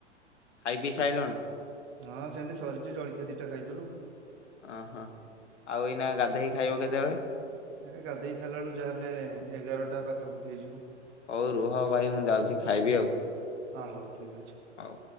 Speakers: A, on the left; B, on the right.
A: ଖାଇ ପିଇ ସାଇଲଣି?
B: ହଁ ସେନ୍ତି ସରିଚି, ଜଳଖିଆ ଦିଟା ଖାଇଥିଲୁ।
A: ଓହୋ। ଆଉ ଏଇନା ଗାଧେଇକି ଖାଇବ କେତେବେଳେ?
B: ଏ ଗାଧେଇକି ଖାଇଲାବେଳୁକୁ ଯାହାହେଲେ, ଏଗାରଟା ପାଖାପାଖି ହେଇଯିବ।
A: ହଉ ରୁହ ଭାଇ, ମୁଁ ଯାଉଛି ଖାଇବି ଆଉ।
B: ହଁ ହଉ, ଠିକ ଅଛି।
A: ହଉ।